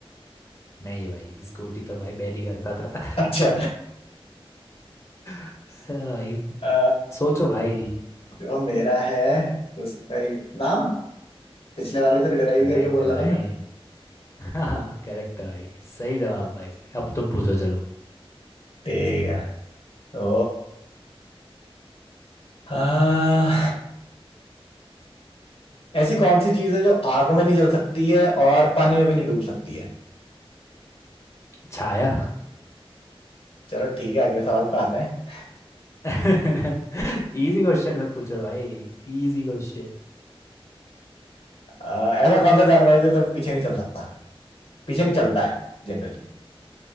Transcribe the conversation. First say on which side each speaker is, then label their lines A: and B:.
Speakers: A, on the left; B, on the left.
A: नहीं भाई स्कूटी तो भाई मैं नहीं करता था <laughs>
B: अच्छा
A: हाँ भाई
B: आ,
A: सोचो भाई
B: जो मेरा है उसका ही नाम पिछले वाले से डिराइव
A: करेक्ट
B: करके बोल
A: है भाई
B: रहा था ना
A: <laughs> हाँ करेक्ट है भाई सही जवाब भाई अब तुम पूछो चलो
B: ठीक है तो आ, ऐसी कौन सी चीज है जो आग में नहीं जल सकती है और पानी में भी नहीं डूब सकती है
A: छाया
B: चलो ठीक है अगले सवाल पे आते हैं
A: <laughs> इजी क्वेश्चन मत पूछो भाई इजी क्वेश्चन
B: आ, ऐसा कौन सा जानवर है जो कभी पीछे नहीं चल सकता पीछे नहीं चलता है जनरली